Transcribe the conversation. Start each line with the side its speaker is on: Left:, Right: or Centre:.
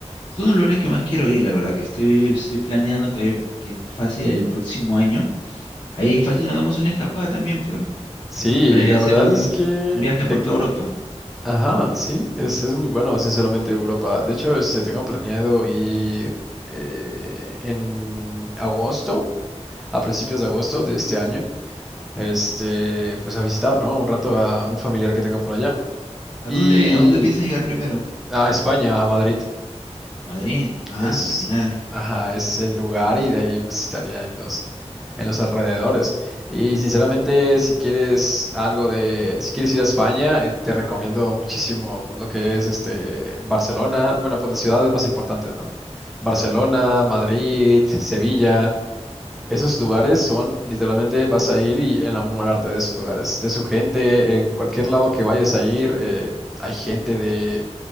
Left: Es uno de los lugares que más quiero ir, la verdad, que estoy, estoy planeando para ir pro- que fácil el próximo año. Ahí fácil nos damos una escapada también, pues,
Centre: Sí,
Left: para ir
Centre: la
Left: a hacer
Centre: verdad
Left: un,
Centre: es que
Left: un viaje por
Centre: tengo...
Left: toda Europa.
Centre: Ajá, sí, es, es muy bueno, sinceramente, Europa. De hecho, este, tengo planeado ir eh, en agosto, a principios de agosto de este año, este, pues a visitar, ¿no? Un rato a un familiar que tengo por allá.
Left: ¿A
Centre: Y
Left: dónde, a dónde piensas llegar primero?
Centre: a España, a Madrid.
Left: A Madrid. Ah,
Centre: Es,
Left: genial.
Centre: ajá, es el lugar y de ahí pues estaría en los, en los alrededores. Y sinceramente, si quieres algo de, si quieres ir a España, eh, te recomiendo muchísimo pues, lo que es este Barcelona. Bueno, pues las ciudades más importantes, ¿no? Barcelona, Madrid, Sevilla. Esos lugares son, literalmente vas a ir y enamorarte de esos lugares, de su gente, en cualquier lado que vayas a ir, eh, hay gente de,